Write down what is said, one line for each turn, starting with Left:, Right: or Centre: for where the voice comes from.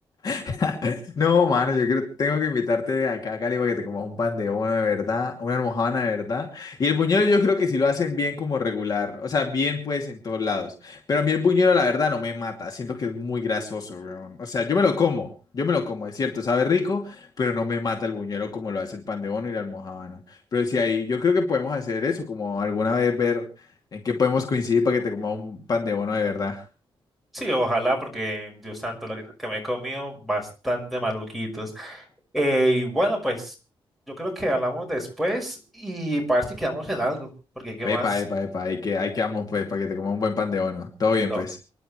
Left: <laughs> No, mano, yo creo, tengo que invitarte acá a Cali para que te comas un pan de bono de verdad, una almojábana de verdad. Y el buñuelo yo creo que sí lo hacen bien como regular, o sea, bien pues en todos lados. Pero a mí el buñuelo la verdad no me mata, siento que es muy grasoso, weón. O sea, yo me lo como, yo me lo como, es cierto, sabe rico, pero no me mata el buñuelo como lo hace el pan de bono y la almojábana. Pero sí ahí, yo creo que podemos hacer eso, como alguna vez ver en qué podemos coincidir para que te comas un pan de bono de verdad.
Centre: Sí, ojalá, porque Dios santo, lo que, que me he comido, bastante maluquitos. Eh, y bueno, pues yo creo que hablamos después y para ver si quedamos en algo, porque ¿qué
Left: Epa,
Centre: más?
Left: epa, epa, hay que, hay que vamos pues para que te coma un buen pan de bono. Todo
Centre: Listo.
Left: bien pues.